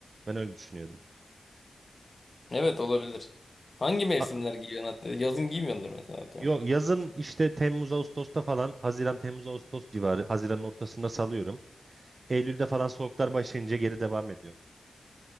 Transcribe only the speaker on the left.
Evet olabilir. Hangi mevsimler
giyiyorsun atlet? Yazın giymiyordur mesela atıyorum.